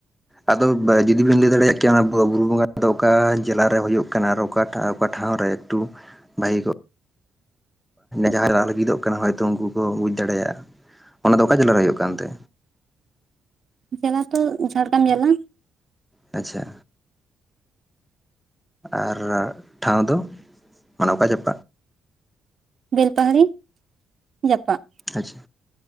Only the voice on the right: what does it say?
ᱡᱮᱞᱟ ᱛᱚ ᱡᱷᱟᱲᱜᱨᱟᱢ ᱡᱮᱞᱟ
ᱵᱮᱞᱯᱟᱹᱦᱲᱤ ᱡᱟᱯᱟᱜ